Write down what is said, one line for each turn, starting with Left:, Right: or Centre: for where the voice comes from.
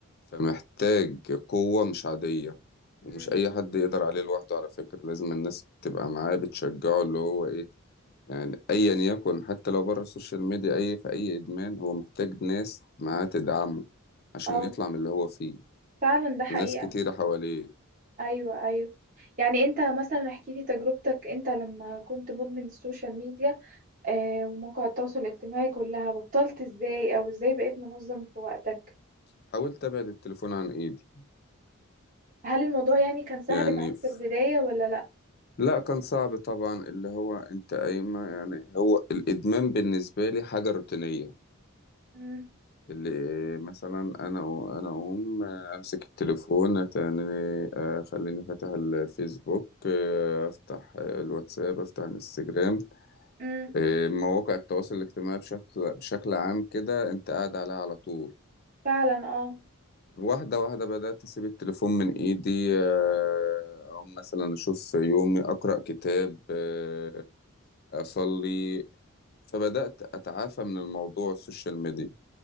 Left: فمحتاج قوة مش عادية ومش
Right: مم.
Left: أي حد يقدر عليه لوحده على فكرة لازم الناس تبقى معاه بتشجعه اللي هو إيه يعني أيا يكن حتى لو بره السوشيال ميديا أي في أي إدمان هو محتاج ناس معاه تدعمه عشان
Right: اه
Left: يطلع من اللي هو فيه
Right: فعلا ده حقيقة
Left: وناس كتيرة حواليه
Right: ايوه ايوه يعني انت مثلا احكي لي تجربتك انت لما كنت مدمن السوشيال ميديا آه ومواقع التواصل الاجتماعي كلها بطلت ازاي او ازاي بقيت منظم في وقتك
Left: حاولت أبعد التليفون عن إيدي
Right: هل الموضوع يعني كان سهل
Left: يعني
Right: معاك
Left: ف-
Right: في البداية ولا لا
Left: لا كان صعب طبعا اللي هو أنت قايمة يعني هو الإدمان بالنسبة لي حاجة روتينية
Right: مم.
Left: اللي مثلا انا انا اقوم امسك التليفون تاني آه، خليني فاتح الفيسبوك آه، افتح الواتساب افتح الانستجرام
Right: مم.
Left: آه، مواقع التواصل الاجتماعي بشكل بشكل عام كده انت قاعد عليها على طول
Right: فعلا اه
Left: واحدة واحدة بدأت أسيب التليفون من إيدي آه، أو مثلا أشوف يومي أقرأ كتاب آه، أصلي فبدأت أتعافى من الموضوع السوشيال ميديا